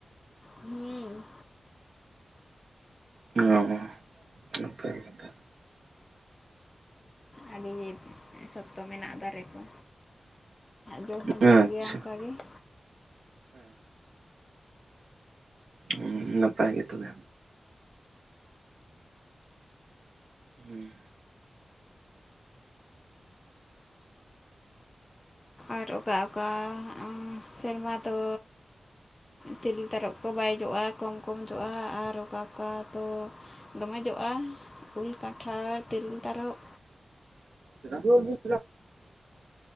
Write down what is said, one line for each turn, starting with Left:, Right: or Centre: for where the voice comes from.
Left: ᱦᱮᱸ
Right: ᱚ ᱱᱟᱯᱟᱭ ᱜᱮᱛᱚ
Left: ᱟᱹᱰᱤ ᱥᱚᱠᱛᱚ ᱢᱮᱱᱟᱜᱼᱟ ᱫᱟᱨᱮ ᱠᱚ ᱡᱚ ᱦᱚᱸ
Right: ᱟᱪᱪᱷᱟ
Left: ᱡᱚᱜ ᱜᱮᱭᱟ ᱚᱱᱠᱟᱜᱮ ᱦᱮᱸ
Right: ᱦᱚᱸ ᱱᱟᱯᱟᱭ ᱜᱮ ᱛᱚᱵᱮ ᱦᱮᱸ
Left: ᱟᱨ ᱚᱠᱟ ᱚᱠᱟ ᱥᱮᱨᱢᱟ ᱫᱚ ᱛᱤᱨᱤᱞ ᱛᱟᱨᱚᱯ ᱠᱚ ᱵᱟᱭ ᱡᱚᱜᱼᱟ ᱠᱚᱢ ᱠᱚᱢ ᱡᱚᱜᱼᱟ ᱟᱨ ᱚᱠᱟ ᱚᱠᱟ ᱛᱚ ᱫᱚᱢᱮ ᱡᱚᱜᱼᱟ ᱩᱞ ᱠᱷᱟᱲ ᱛᱮᱨᱮᱞ ᱛᱟᱨᱚᱯ
Right: ᱡᱳ ᱵᱤᱞᱤ